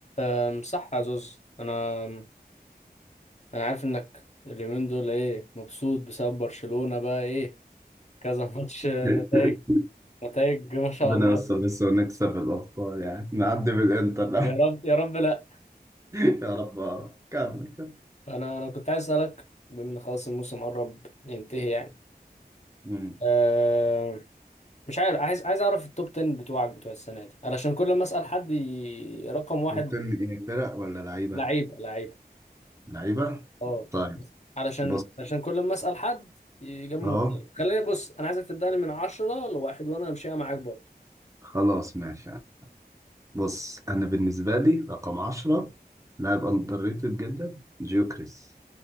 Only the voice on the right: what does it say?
<laughs>
ربنا
يستر بس ونكسب الأبطال يعني نعدي بالإنتر لا
<laughs>
يا رب آه. كمل كمل
مم.
توب 10 إيه فرق ولا لعيبة؟
لعيبة؟
طيب
بص
أهو
خلاص ماشي يعني. بص أنا بالنسبة لي رقم 10 لاعب أندر ريتد جدا جيوكريس